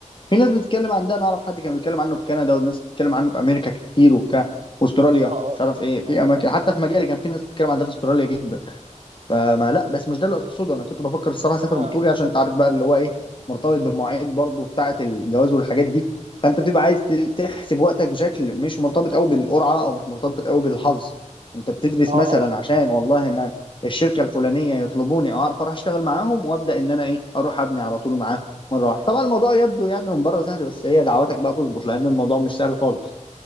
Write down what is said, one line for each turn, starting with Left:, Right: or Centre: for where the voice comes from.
Left: في ناس بتتكلم عن ده انا اعرف حد كان بيتكلم عنه في كندا والناس بتتكلم عنه في امريكا كتير وبتاع واستراليا
Right: اه اه
Left: مش عارف ايه في
Right: آه.
Left: اماكن حتى في مجالي كان في ناس بتتكلم عن ده في استراليا جدا فما لا بس مش ده اللي اقصده انا كنت بفكر الصراحه اسافر
Right: يا
Left: بطولي عشان انت عارف بقى اللي هو ايه مرتبط بالمواعيد برضه بتاعه الجواز والحاجات دي فانت بتبقى عايز ت-
Right: مم.
Left: تحسب وقتك بشكل مش مرتبط قوي بالقرعه او مش مرتبط قوي بالحظ انت بتدرس
Right: اه
Left: مثلا
Right: اه
Left: عشان والله ان الشركه الفلانيه يطلبوني اعرف اروح اشتغل معاهم وابدا ان انا ايه اروح ابني على طول معاهم مره واحده طبعا الموضوع يبدو يعني من بره سهل بس هي دعواتك بقى تظبط لان الموضوع مش سهل خالص